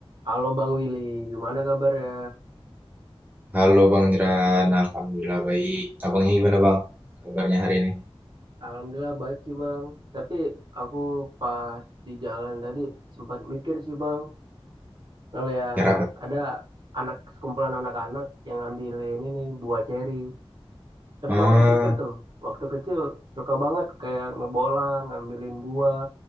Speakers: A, on the right; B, on the right.
A: Halo Bang Willy, gimana kabarnya?
B: Halo Bang Jeran, Alhamdulillah baik. Abangnya gimana Bang? Kabarnya hari ini?
A: Alhamdulillah baik sih Bang. Tapi aku pas di jalan tadi sempat mikir sih Bang, ngeliat
B: Kira apa?
A: ada anak sekumpulan anak-anak yang ngambilin ini buah ceri. Terus
B: Ah,
A: aku kepikir tuh, waktu kecil suka banget kayak ngebolang, ngambilin buah.